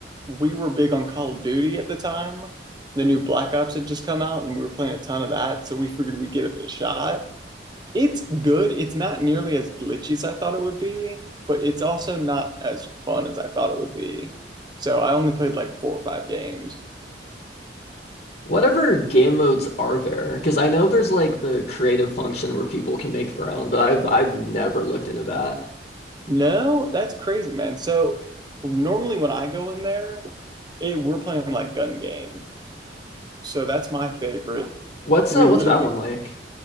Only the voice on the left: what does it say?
Whatever game modes are there? Because I know there's like the creative function where people can make their own, but I've I've never looked into that.
What's
uh what's
that one like?